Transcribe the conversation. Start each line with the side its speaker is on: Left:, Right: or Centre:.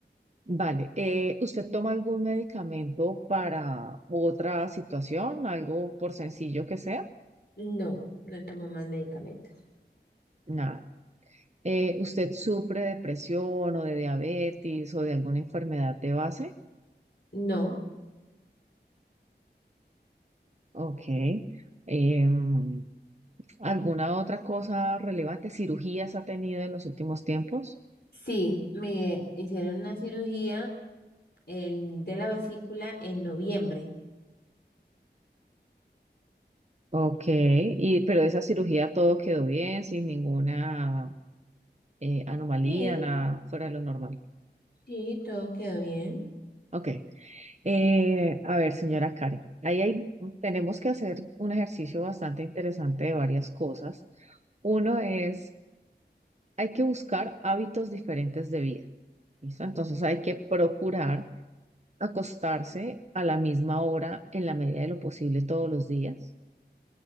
Right: Vale, eh, ¿usted toma algún medicamento para otra situación, algo por sencillo que sea?
Left: No, no tomo más medicamentos.
Right: Nada. Eh, ¿usted sufre de presión o de diabetes o de alguna enfermedad de base?
Left: No,
Right: Ok. Em, ¿alguna otra cosa relevante? ¿Cirugías ha tenido en los últimos tiempos?
Left: sí, me hicieron una cirugía el, de la vesícula en noviembre.
Right: Ok, y, pero esa cirugía todo quedó bien, sin ninguna eh, anomalía,
Left: Sí,
Right: nada fuera de lo normal.
Left: sí, todo quedó bien.
Right: Ok. Eh, a ver, señora Karen, ahí hay, tenemos que hacer un ejercicio bastante interesante de varias cosas. Uno es, hay que buscar hábitos diferentes de vida, ¿listo? Entonces hay que procurar acostarse a la misma hora en la medida de lo posible todos los días,